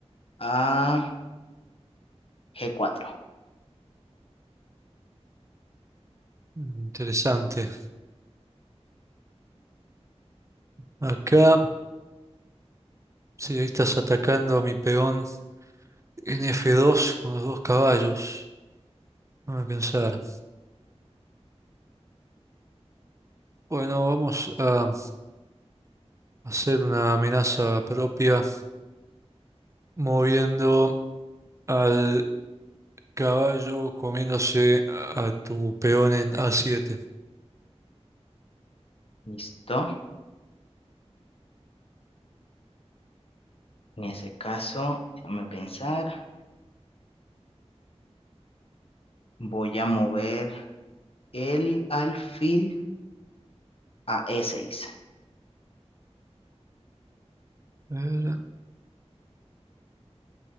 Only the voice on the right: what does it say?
Mm, Interesante. Acá. Sí, ahí estás atacando a mi peón en F2 con los dos caballos. Déjame pensar. Bueno, vamos a hacer una amenaza propia moviendo al caballo comiéndose a tu peón en A7.
A ver.